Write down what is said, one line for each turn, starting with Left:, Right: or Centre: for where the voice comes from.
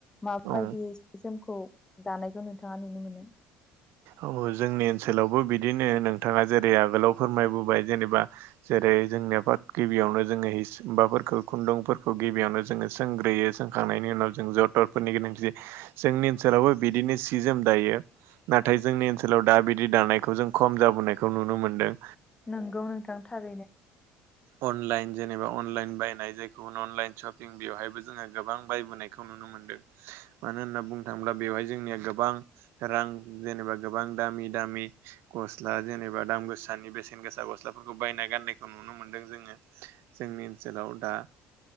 Left: माबायदि
Right: औ
Left: सि जोमखौ दानायखौ नोंथाङा नुनो मोनो
Right: औ जोंनि ओनसोलावबो बिदिनो नोंथाङा जेरै आगोलाव फोरमायबोबाय जेनेबा जेरै जोंनि आफाद गिबियावनो जोङो हाफोरखौ खुन्दुंफोरखौ गिबियावनो जोङो सोंग्रोयो सोंखांनायनि उनाव जों जथरफोरनि गोनांथि जोंनि ओनसोलावबो बिदिनो सि जोम दायो नाथाय जोंनि ओनसोलाव दा बिदि दानायखौ जों खम जाबोनायखौ नुनो मोन्दों
Left: नोंगौ नोंथां थारैनो
Right: अनलाइन जेनेबा अनलाइन बायनाय जायखौ अनलाइन सशपिं बेवहायबो जोङो गोबां बायबोनाय खौ नुनो मोनदों मानो होनना बुंनो थाङोब्ला बेवहाय जोंनिया गोबां रां जेनेबा गोबां दामि दामि गस्ला जेनेबा दाम गोसानि बेसेन गोसा गस्लाफोरखौ बायना गाननायखौ नुनो मोनदों जोङो जोंनि ओनसोलाव दा